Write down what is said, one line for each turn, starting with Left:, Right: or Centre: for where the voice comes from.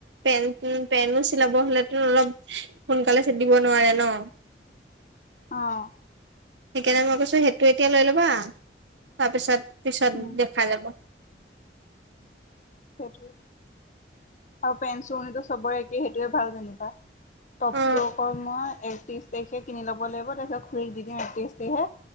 Right: পেন পেনো চিলাব হলেতো অলপ সোনকালে চিট দিব নোৱাৰে ন।
Left: অ
Right: সেইকাৰণে মই কৈছোঁ সেইটো এতিয়া লৈ ল'বা, তাৰপিছত পিছত
Left: উম,
Right: দেখাই যাব।
Left: সেইটোৱে, আৰু পেন-চুৰণিতো চবৰে একেই সেইটোয়ে ভাল যেনিবা। টপটো
Right: অ
Left: অকল মই একত্ৰিছ তাৰিখে কিনি ল'ব লাগিব, তাৰপিছত খুৰীক দি দিম একত্ৰিশ তাৰিখে।